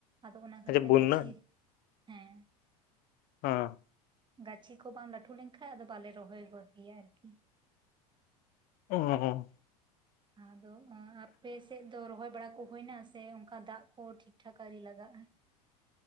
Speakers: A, on the right (about 25°); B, on the left (about 50°).
A: ᱟᱫᱚ, ᱚᱱᱟ
B: ᱟᱪᱪᱷᱟ
A: ᱠᱷᱟᱹᱛᱤᱨ
B: ᱵᱩᱱᱱᱟ
A: ᱜᱟᱹᱪᱷᱤ ᱦᱮᱸ᱾
B: ᱦᱮᱸ᱾
A: ᱜᱟᱹᱪᱷᱤ ᱠᱚ ᱵᱟᱝ ᱞᱟᱹᱴᱩ ᱞᱮᱱᱠᱷᱟᱱᱡ ᱟᱫᱚ ᱵᱟᱞᱮ ᱨᱚᱦᱚᱭ ᱜᱚᱫ ᱜᱮᱭᱟ ᱟᱨᱠᱤ᱾
B: <inaudible>
A: ᱟᱫᱚ ᱟᱯᱮ ᱥᱮᱫ ᱫᱚ ᱨᱚᱦᱚᱭ ᱵᱟᱲᱟ ᱠᱚ ᱦᱳᱭᱱᱟᱥ? ᱛᱮ ᱚᱱᱠᱟ ᱫᱟᱜ ᱠᱚ ᱴᱷᱤᱠ ᱴᱷᱟᱠ ᱟᱨᱤ ᱞᱟᱜᱟᱜᱼᱟ?